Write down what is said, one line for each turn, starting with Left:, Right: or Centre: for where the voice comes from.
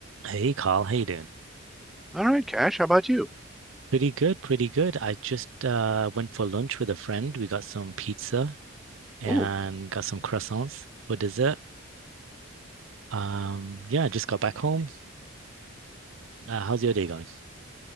Right: Hey Carl, how you doing?
Centre: All right, Cash, how about you?
Right: Pretty good, pretty good. I just uh, went for lunch with a friend. We got some pizza and
Centre: Oh,
Right: got some croissants for dessert. Um, yeah, just got back home. Uh, how's your day going?